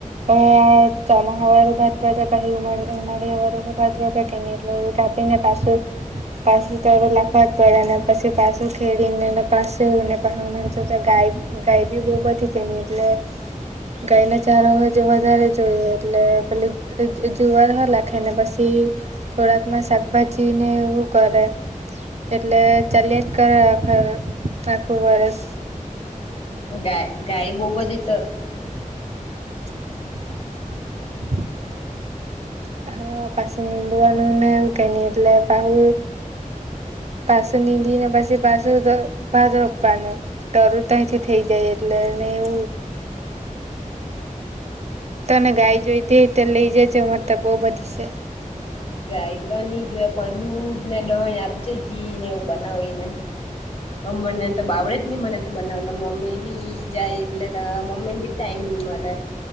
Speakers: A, on the right; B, on the left.
A: અ ચોમા હવાભ પાહી ઉ ળ ભા એટલે એ કાપીને પા પાુંું લખવા જ પડેને પછી પાસે ખેડીને એ પાસેને પા મળતો ગાય ગાય બી બહુ ખ બધી છેની એટલે ગાયને ચારો હો જે વધારે જોઈએ એટલે પે જુવાર હો લખે ને પછી થોડાક માં શાકભાજી ને એવું કરે એટલે ચલીએ જ કરો આખુ આખું વર્ષ-
B: ગાય ગાય બહુ બધી તો
A: <inaudible> હા પાસેની બુંવાનુંને ઉ કેની પલે પહુ પાછું નીંધી ને પછી પાસું તો ભાત રોપવાનું તર તથી થઈ જાય એટલે ન એવ તને ગાય જોઈતી તો લઈ જજો મતલબ બહૂ બધી છે
B: ગાય તો નહી જો પણ દૂધ ને દહી આપજે ઘી ને એવું બનાવી ને અમ્ મને તો બડે જ નહી મને તો બનાવતા મમ્મી બી જાય એટલે મમ્મી ને બી ટાઈમ ન મળે